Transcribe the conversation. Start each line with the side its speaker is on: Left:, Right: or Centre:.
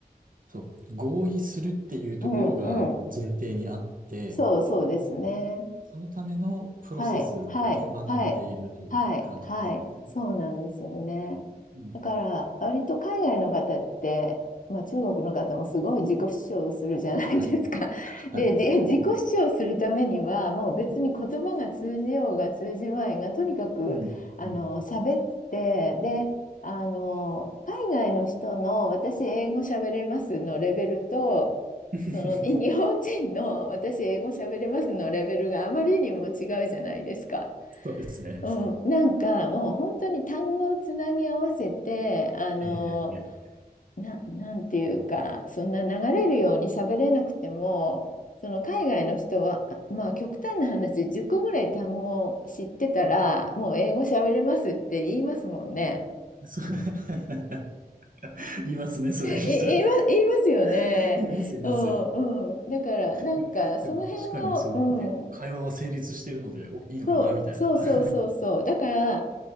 Right: そう、合意するっていうところが前提にあって、
Left: うん、うん。そう、そうですね。
Right: そのためのプロセスだけ学んでいるという感じですかね。
Left: はい、はい、はい、はい、はい、そうなんですよね。
Right: うん。
Left: だから、割と海外の方って、まあ、中国の方もすごい自己主張をするじゃないですか。
Right: はい。はい。
Left: <laughs> で、じ自己主張するためには、
Right: うん。
Left: もう別に言葉が通じようが通じまいが、とにかく、
Right: うん。
Left: あの、
Right: うん
Left: 喋って、で、あの、海外の人の私英語喋れますのレベルと、
Right: <laughs>
Left: その、に日本人の私英語喋れますのレベルがあまりにも違うじゃないですか。
Right: そうですね。
Left: うん、なんかもう本当に単語をつなぎ合わせて、あの、
Right: ええ、
Left: な、なんていうか、そんな流れるように喋れなくても、その海外の人は、あまあ極端な話、10個ぐらい単語知ってたら、もう英語喋れますって言いますもんね。
Right: そう <laughs> いますね、そういう人。
Left: え、言いま、言いますよね。
Right: <laughs> います、います。
Left: うんうん、だからなんかその辺の、
Right: で <laughs> でも確かにそう。で、会話は成立しているので、お、いいのかな、
Left: そう、
Right: みたいな。
Left: そうそうそうそう。
Right: <laughs>
Left: だから、